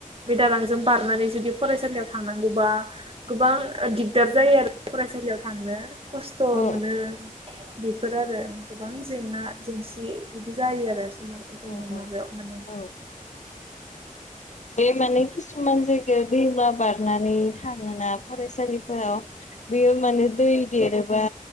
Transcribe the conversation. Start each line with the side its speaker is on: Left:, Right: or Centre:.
Right: बे दालांजों बारनानै जुदि फरायसालियाव थांनांगौबा गोबां‌ दि दार जायो आरो फरायसालियाव थांनो खस्थ'
Left: औ
Right: मोनो। बेफोर आरो गोबां जेंना जेंसि बिदि जायो आरो। <unintelligible> मार गोदोंनि
Left: औ औ
Right: माबायाव माने।
Left: औ बे माने किसुमान जायगायाव दैमा बारनानै थाङोना फरायसालि फोराव बेयो माने दै देरोबा